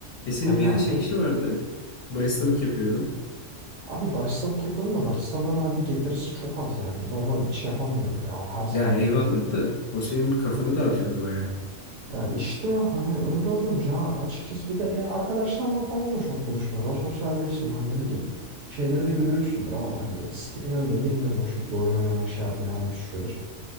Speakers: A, on the left; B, on the right.
A: E senin
B: Hani
A: bir
B: ya
A: ara şey işi vardı. Baristalık yapıyordun.
B: Abi baristalık yapıyorum da baristalığın hani getirisi çok az yani. Bir de ona şey yapamıyorum ya. o Her zaman
A: Ya eyvallah
B: gidemiyorum.
A: da o senin kafanı dağıtıyordu bayağı.
B: Ya işte hani öyle olunca açıkçası bir de e, arkadaşlarla falan da çok buluşmuyoruz. Az sosyalleştim hani ne bileyim. Şeyleri de görüyorsundur abi hani Steam'e bile girmiyorum o şekilde oyun oynamaya şey yapmaya hani bir süredir.